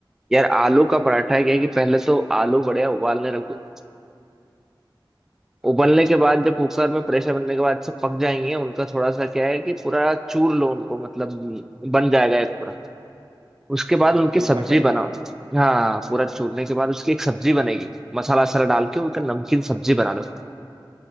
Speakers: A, in the centre; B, on the right.
A: यार आलू का पराठा क्या है कि पहले तो आलू बढ़िया उबालने रख दो
B: हाँ
A: उबलने के बाद जब कुकर में प्रेशर बनने के बाद सब पक जाएंगे उनका थोड़ा सा क्या है कि पूरा चूर लो उनको मतलब बन जाएगा एक पूरा उसके बाद
B: अच्छा
A: उनकी
B: चोखा
A: सब्जी
B: टाइप
A: बनाओ हाँ पूरा चूरने के बाद उसकी एक सब्जी बनेगी मसाला वसाला डाल के उनका नमकीन सब्जी बना लो